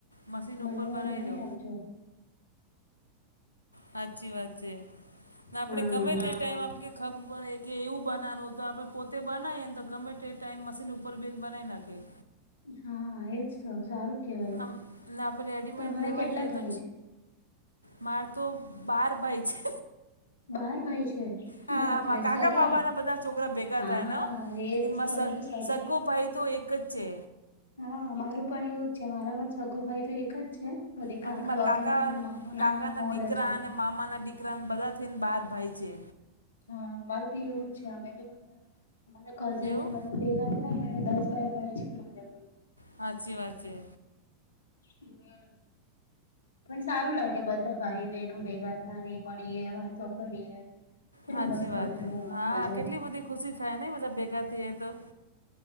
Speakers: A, on the left; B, on the left.
A: મશીન
B: મને
A: ઉપર
B: પણ
A: બનાવી દઉ.
B: આપજો.
A: હાચી વાત છે, આપણે
B: હા.
A: ગમે તે ટાઈમ આપ- ખબર કે એવું બનાવનું તો આપણે પોતે બનાવીએ ને તો ગમે તે ટાઈમ મશીન ઉપર બનાવી નાખીએ.
B: હા, એજ તો સારું કેવાય
A: આમ ના આપણે રેડીમેડ
B: તમારા
A: લેવા
B: કેટલા
A: જઈએ
B: ભાઈ
A: તો
B: છે?
A: મારે તો બાર પાઈ છે.
B: બાર ભાઈ છે
A: હા,
B: બાપરે
A: હા કાકા
B: સગા
A: બાપાના બધા છોકરા ભેગા
B: હા
A: થઈને
B: એજ
A: <unintelligible>
B: તો મે કીધું સગા
A: સગો ભાઈ તો એક જ છે.
B: હા, મારું પણ એવું જ છે મારા પણ સગો ભાઈ તો એક જ છે. બધી
A: બાકી
B: કાકા
A: મા
B: બાપાના અને મામાના
A: કાકાના
B: બો બધા
A: દીકરા
B: છે.
A: અને મામાના દીકરાને બધા થઈને બાર ભાઈ છે.
B: હા, અમારું બી એવું જ છે અમે બી બધા અમારા કઝિનને
A: એવું
B: બધા ભેગા થઈ ઈને દસ-બાર ભાઈ છે. મારે પણ
A: હાચી વાત છે.
B: હ પણ સારું લાગે બધા બધાં ભાઈ-બહેનો ભેગા થાય મળીએ વાતો કરીએ. કેટલું
A: હાચી
B: મસ્ત
A: વાત
B: મજાનું
A: હે
B: આવે
A: હા
B: મજા
A: કેટલી
B: આવે
A: બધી ખુશી થાય ને બધા ભેગા થઈએ તો.